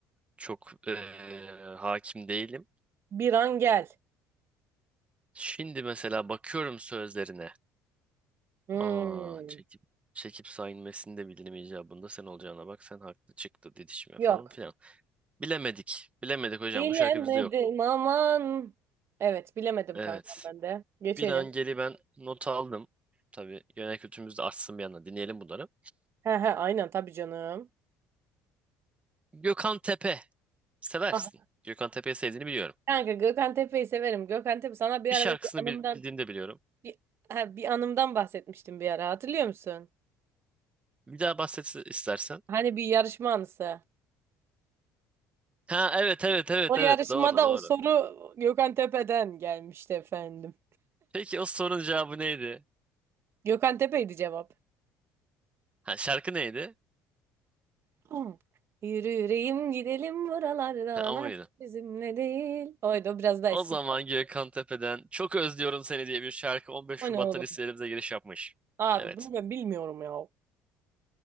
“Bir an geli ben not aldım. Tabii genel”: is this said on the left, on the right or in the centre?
Right